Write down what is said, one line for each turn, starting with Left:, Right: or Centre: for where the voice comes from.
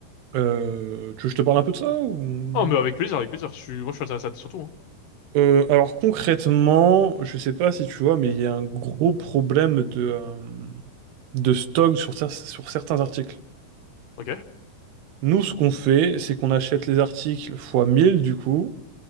Right: vois. Euh, tu veux que je te parle un peu de ça ou...
Left: Oh, mais avec plaisir, avec plaisir. Je suis, moi, je suis intéressé à surtout, hein.
Right: Euh, alors concrètement, je sais pas si tu vois, mais il y a un gros problème de, euh, de stock sur, cer- sur certains articles.
Left: Ok.
Right: Nous, ce qu'on fait, c'est qu'on achète les articles fois 1000 du coup.